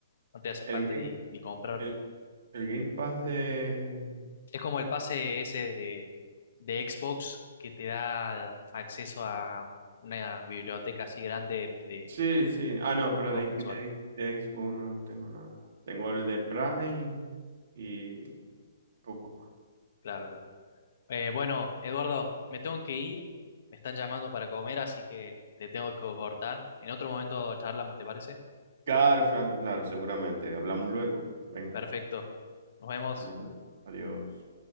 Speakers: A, on the left (about 60°); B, on the right (about 50°).
A: no te hace
B: El
A: falta
B: Game,
A: ni, ni comprarlo.
B: el, el Game Pass de...
A: Es como el pase ese de, de Xbox que te da acceso a una biblioteca así grande de, de
B: Sí, sí. Ah, no, pero
A: juegos
B: de,
A: mensuales.
B: de, de Xbox no tengo nada. Tengo el del Prime y poco más.
A: Claro, claro. Eh, bueno, Eduardo, me tengo que ir, me están llamando para comer, así que te tengo que cortar. En otro momento charlamos, ¿te parece?
B: Claro, Franco, claro, seguramente. Hablamos luego. Venga,
A: Perfecto. Nos vemos.
B: adiós. Adiós.